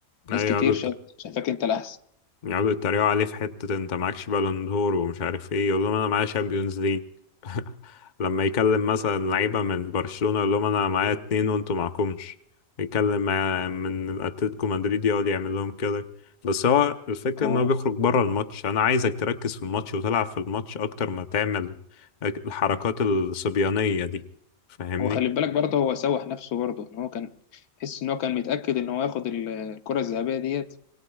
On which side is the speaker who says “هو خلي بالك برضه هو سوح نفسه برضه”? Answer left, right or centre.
Left